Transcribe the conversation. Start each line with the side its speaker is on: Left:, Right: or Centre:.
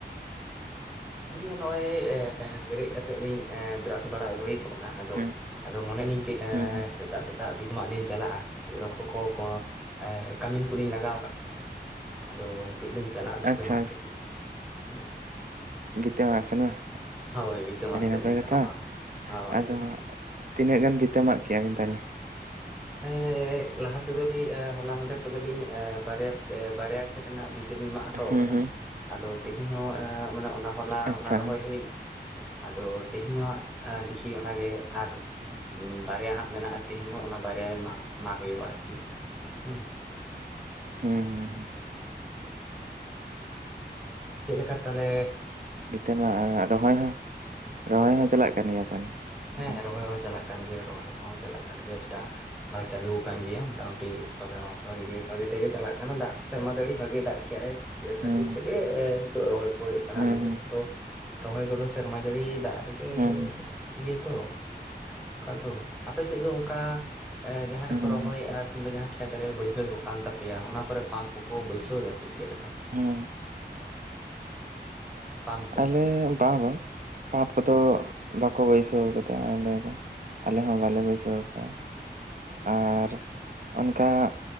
Centre: ᱟᱞᱤᱧ ᱫᱚ ᱱᱚᱜᱼᱚᱭ ᱵᱮᱨᱮᱫ ᱠᱟᱛᱮᱫ ᱞᱤᱧ ᱮᱻ ᱵᱮᱨᱟᱥ ᱵᱟᱲᱟ ᱦᱳᱭᱠᱜ ᱚᱱᱟ ᱟᱫᱚ
Right: ᱦᱩᱸ
Centre: ᱟᱫᱚ ᱢᱚᱱᱮᱞᱤᱧ <unintelligible>
Right: ᱦᱩᱸ ᱦᱩᱸ
Centre: ᱥᱮᱛᱟᱜ᱾ ᱫᱟᱜ ᱵᱷᱤᱛ ᱢᱟᱜ ᱞᱤᱧ ᱪᱟᱞᱟᱜᱼᱟ ᱠᱟᱹᱡ ᱨᱦᱚ ᱠᱚ ᱮ ᱠᱟᱹᱢᱤᱱ ᱠᱚᱞᱤᱧ ᱞᱟᱜᱟᱣ ᱟᱠᱟᱫ ᱠᱚᱣᱟ᱾ ᱟᱫᱚ ᱠᱟᱹᱡ ᱞᱤᱧ ᱪᱟᱞᱟᱜᱼᱟ ᱵᱷᱤᱛᱟᱹ
Right: ᱟᱪᱪᱷᱟ
Centre: ᱢᱟ ᱥᱮᱫ ᱜᱮ ᱦᱮᱸ᱾
Right: ᱵᱷᱤᱛᱟᱹ ᱢᱟᱜᱥᱮᱱ ᱵᱟᱝ
Centre: ᱦᱳᱭ ᱵᱷᱤᱛᱟᱹ ᱢᱟᱜ
Right: ᱟᱹᱰᱤ
Centre: ᱥᱮᱫ
Right: ᱱᱟᱯᱟᱭ
Centre: ᱞᱤᱧ ᱥᱮᱱᱚᱜᱼᱟ
Right: ᱠᱟᱛᱷᱟ
Centre: ᱦᱳᱭ
Right: ᱟᱫᱚ ᱛᱤᱱᱟᱹᱜ ᱜᱟᱱ ᱵᱷᱤᱛᱟᱹ‌ ᱢᱟᱜ ᱠᱮᱫᱼᱟ ᱵᱤᱱ ᱛᱟᱦᱚᱞᱮ?
Centre: ᱮ ᱞᱟᱦᱟ ᱛᱮᱫᱚ ᱞᱤᱧ ᱦᱚᱞᱟ ᱢᱟᱫᱷᱮᱨ ᱠᱚᱫᱚᱞᱤᱧ ᱵᱟᱨᱭᱟ ᱵᱟᱨᱭᱟ ᱠᱷᱮᱛ ᱨᱮᱱᱟᱜ ᱵᱷᱤᱛᱟᱹ ᱛᱟᱹ ᱞᱤᱱ ᱢᱟᱜ ᱦᱚᱴᱚ
Right: ᱦᱩᱸ
Centre: ᱠᱟᱫᱟ
Right: ᱦᱩᱸ
Centre: ᱟᱫᱚ ᱛᱮᱦᱤᱧ ᱦᱚᱸ ᱢᱟᱱᱮ ᱚᱱᱟ ᱦᱚᱞᱟ
Right: ᱟᱪᱪᱷᱟ
Centre: ᱚᱱᱟ ᱨᱚᱦᱚᱭ
Right: ᱦᱮᱸ
Centre: ᱦᱩᱭᱱᱟ᱾ ᱟᱫᱚ ᱛᱮᱦᱮᱧᱦᱚᱦᱟᱜ ᱫᱮᱠᱷᱤ ᱚᱱᱟᱜᱮ ᱟᱨ ᱵᱟᱨᱭᱟ ᱦᱟᱸᱜ ᱢᱮᱱᱟᱜᱼᱟ ᱛᱮᱦᱤᱧ ᱦᱚᱸ ᱚᱱᱟ ᱵᱟᱨᱭᱟ ᱢᱟᱜ ᱢᱟᱜ ᱦᱩᱭᱩᱜᱼᱟ ᱟᱨᱠᱤ ᱦᱩ᱾
Right: ᱦᱩᱸ᱾ ᱦᱩᱸ ᱦᱩᱸ᱾
Centre: ᱪᱮᱫ ᱞᱮᱠᱟ ᱛᱟᱞᱮ
Right: ᱵᱷᱤᱛᱟᱹᱢᱟᱜᱽ ᱨᱚᱦᱚᱭ ᱦᱚᱸ? ᱨᱚᱦᱚᱭ ᱦᱚᱸ ᱪᱟᱞᱟᱜ ᱠᱟᱱ ᱜᱮᱭᱟ ᱛᱟᱦᱚᱞᱮ
Centre: ᱦᱮᱸ
Right: ᱥᱟᱶᱛᱮ
Centre: ᱨᱚᱦᱚᱭ ᱦᱚᱸ ᱪᱟᱞᱟᱜ᱾ ᱠᱟᱱ ᱜᱮᱭᱟ ᱨᱚᱦᱚᱭ ᱠᱚᱦᱚᱸ ᱪᱟᱞᱟᱜ ᱠᱟᱱ ᱜᱮᱭᱟ <unintelligible> ᱵᱷᱟᱜᱮ ᱪᱟᱹᱞᱩ ᱟᱠᱟᱱ ᱜᱮᱭᱟ ᱢᱚᱴᱟᱢᱩᱴᱤ ᱨᱚᱦᱚᱭ ᱦᱚᱸ ᱵᱷᱟᱜᱤ ᱜᱮ ᱵᱷᱟᱜᱮ ᱛᱮᱜᱮ ᱪᱟᱞᱟᱜ ᱠᱟᱱᱟ ᱫᱟᱜ ᱥᱮᱨᱢᱟ ᱡᱟᱹᱲᱤ ᱵᱷᱟᱜᱤ ᱫᱟᱜ ᱠᱮᱟᱭ ᱠᱷᱟᱹᱛᱤᱨ
Right: ᱦᱩᱸ
Centre: ᱛᱮᱜᱮ ᱮ ᱱᱤᱛᱚᱜ ᱨᱚᱦᱚᱭ ᱦᱩᱭᱩᱜ ᱠᱟᱱᱟ
Right: ᱦᱩᱸ
Centre: ᱟᱞᱮ ᱥᱮᱫ
Right: ᱦᱩᱸ
Centre: ᱠᱚᱫᱚ ᱨᱚᱦᱚᱭ ᱠᱚᱫᱚ ᱥᱮᱨᱢᱟ ᱡᱟᱹᱲᱤ ᱫᱟᱜ ᱨᱮᱜᱮ
Right: ᱦᱩᱸ
Centre: ᱤᱭᱟᱹ ᱛᱚ ᱚᱱᱠᱟ ᱫᱚ ᱟᱯᱮ ᱥᱮᱫ ᱫᱚ ᱚᱱᱠᱟ ᱮ ᱡᱟᱦᱟᱸ ᱨᱮᱠᱚ
Right: ᱦᱩᱸ
Centre: ᱨᱚᱦᱚᱭᱮᱫᱼᱟ ᱠᱤᱱᱵᱟ ᱡᱟᱦᱟᱸ ᱠᱷᱮᱛ ᱨᱮ ᱵᱟᱹᱭᱦᱟᱹᱲ ᱠᱚ ᱠᱟᱱ ᱛᱟᱯᱮᱭᱟ ᱚᱱᱟ ᱠᱚᱨᱮ ᱯᱟᱢᱯ ᱠᱚᱠᱚ ᱵᱟᱹᱭᱥᱟᱹᱣ ᱫᱟ ᱥᱮ ᱪᱮᱫ ᱞᱮᱠᱟ?
Right: ᱦᱩᱸ
Centre: ᱯᱟᱢᱯ ᱠᱚ
Right: ᱟᱞᱮ ᱵᱟᱝ ᱵᱟᱝ᱾ ᱯᱟᱯ ᱠᱚᱫᱚ ᱵᱟᱠᱚ ᱵᱟᱹᱭᱥᱟᱹᱣ ᱠᱟᱫᱟ ᱟᱞᱮ ᱫᱚ ᱟᱞᱮ ᱦᱚᱸ ᱵᱟᱞᱮ ᱵᱟᱹᱭᱥᱟᱹᱣ ᱠᱟᱼᱟ᱾ ᱟᱨ ᱚᱱᱠᱟ